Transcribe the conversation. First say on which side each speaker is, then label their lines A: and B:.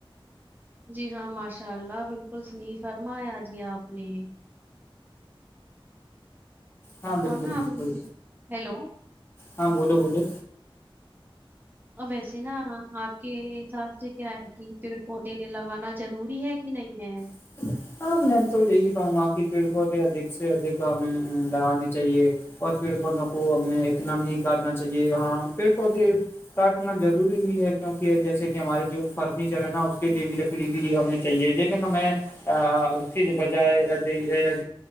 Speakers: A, on the right (about 20°); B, on the left (about 25°).
A: جی ہاں ماشاء اللہ بالکل صحیح فرمایا جی آپ نے
B: ہاں بالکل
A: اور نا
B: بالکل
A: آپ ویسے- ہیلو
B: ہاں بولو بولو
A: اور ویسے نا آپ کے حساب سے کیا ہے کہ پیڑ پودے لگانا ضروری ہے کہ نہیں ہے
B: ہ ہاں میں تو یہی کہوں گا کہ پیڑ کو بھی ادھک سے ادک ہمیں لگانے چاہیے اور پیڑ پودوں کو ہمیں اتنا نہیں کرنا چاہیے ہاں پیڑ پودے کاٹنا ضوری بھی ہے کیونکہ جیسے کہ ہمارے جو فرنیچر ہے نا اس کے لیے بھی لکی بھی ہمیں چاہیے لیکن ہمیں اس کے بجائے